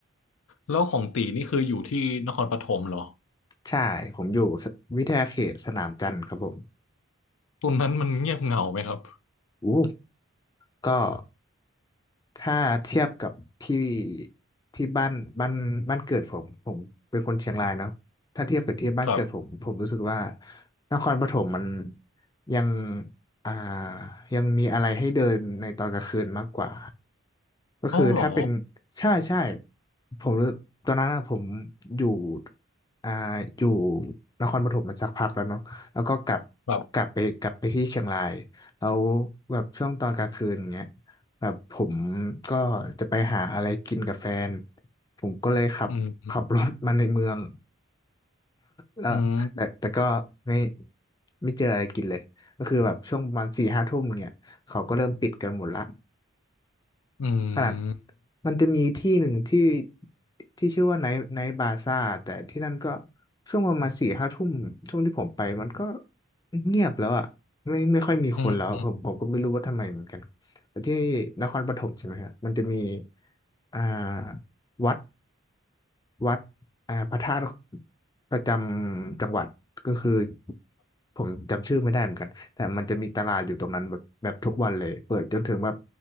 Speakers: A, on the left; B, on the left.
A: แล้วของตีนี่คืออยู่ที่นครปฐมเหรอ
B: ใช่ผมอยู่วิทยาเขตสนามจันทร์ครับผม
A: ตรงนั้นมันเงียบเหงาไหมครับ
B: อู้ก็ ถ้าเทียบกับที่ที่บ้านบ้านบ้านเกิดผมผมเป็นคนเชียงรายเนาะถ้าเทียบกับที่บ้านเกิดผมผมรู้สึกว่า
A: ครับ
B: นครปฐมมันยังอ่ายังมีอะไรให้เดินในตอนกลางคืนมากกว่าก็คือถ้าเป็น
A: เอ้าเหรอ
B: ใช่ใช่ผมรู้ตอนนั้นอะผมอยู่อ่าอยู่นครปฐมมาสักพักแล้วเนาะแล้วก็กลับ
A: แบบ
B: กลับไปกลับไปที่เชียงรายแล้วแบบช่วงตอนกลางคืนอย่างเงี้ย แบบผมก็จะไปหาอะไรกินกับแฟน ผมก็เลยขับขับรถมาในเมือง
A: อืม
B: แล้วแต่แต่ก็ไม่
A: อืม
B: ไม่เจออะไรกินเลยก็คือแบบช่วงประมาณสี่ห้าทุ่มเนี่ยเขาก็เริ่มปิดกันหมดละ
A: อืม
B: ขนาดมันจะมีที่หนึ่งที่ที่ชื่อว่าไนท์ไนท์บาซ่าแต่ที่นั่นก็ช่วงประมาณสี่ห้าทุ่มช่วงที่ผมไปมันก็เงียบแล้วอ่ะไม่ไม่ค่อยมีคนแล้วผมผมก็ไม่รู้ว่าทำไมเหมือนกันแต่ที่นครปฐมใช่ไหมครับมันจะมี
A: อืม
B: อ่าวัดวัดอ่าพระธาตุประจำจังหวัดก็คือผมจำชื่อไม่ได้เหมือนกันแต่มันจะมีตลาดอยู่ตรงนั้นแบบแบบทุกวันเลยเปิดจนถึงแบบ